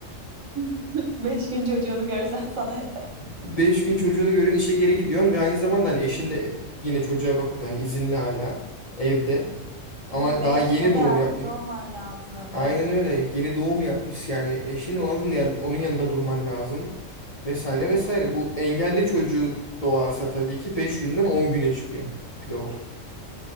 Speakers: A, on the right (about 80°); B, on the left (about 35°).
A: <laughs> Beş gün çocuğunu görsen sana yeter.
B: Beş gün çocuğunu görün işe geri gidiyorsun ve aynı zamanda hani eşin de yine çocuğa bakıp yani izinli hala evde ama
A: Evet ve
B: daha
A: eşine
B: yeni doğum
A: de yardımcı
B: yapmış.
A: olman lazım.
B: Aynen öyle yeni doğum yapmış yani eşin onun, yani onun yanında durman lazım vesaire vesaire. Bu engelli çocuk doğarsa tabii ki 5 günden 10 güne çıkıyor bir de var.